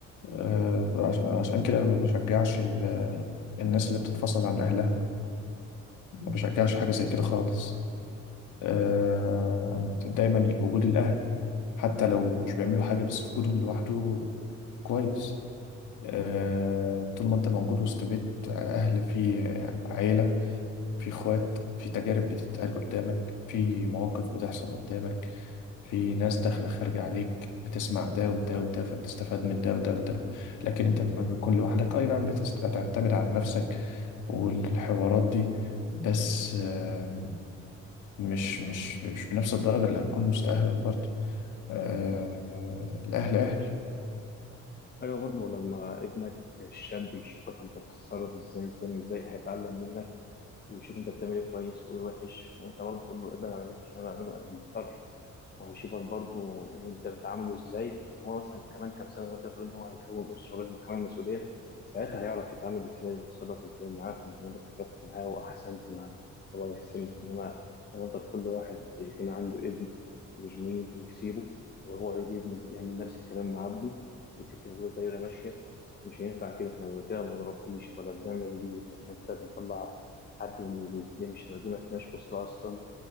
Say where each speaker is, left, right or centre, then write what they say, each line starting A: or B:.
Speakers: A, on the left; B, on the left.
A: آه، عش- عشان كده أنا ما بشجعش ال- الناس اللي بتتفصل عن أهلها ما بشجعش حاجة زي كده خالص آه، دايما وجود الأهل حتى لو مش بيعملوا حاجة بس وجودهم لوحده كويس آه، طول ما أنت موجود وسط بيت أهل فيه عيلة فيه إخوات فيه تجارب بتتقال قدامك فيه مواقف بتحصل قدامك في ناس داخلة خارجة عليك بتسمع ده وده وده فبتستفاد من ده وده وده لكن انت لما بتكون لوحدك اي نعم بتست- بتعتمد على نفسك والحوارات دي بس آه، مش مش مش بنفس الدرجة اللي هتكون وسط أهلك برضه آه، الأهل أهل
B: ايوه برضه لما ابنك الشاب يشوفك انت بتتصرف ازاي وبتعمل ازاي هيتعلم منك ويشوف انت بتعمل ايه كويس وايه وحش وانت برضه تقول له ابعد عن الوحش اللي انا بعمله انا مضطر وهيشوفك برضو انت بتعامله ازاي وهو مثلا كمان كام سنه وانت بتقول ان هو هيكون اسره لازم يتحمل المسؤوليه ساعتها هيعرف يتعامل ازاي ويتصرف ازاي معاهم زي ما انت اتصرفت معاه واحسنت معاه هو يحسن انما هيفضل كل واحد يكون عنده ابن يرميه ويسيبه وهو يجي ابنه يعمل نفس الكلام مع عبده وتبقى دايره ماشيه مش هينفع كده احنا كده ما بنربيش ولا بنعمل ليه احنا كده بنطلع حد ونرميه دي مش دي ما اسمهاش اسره اصلا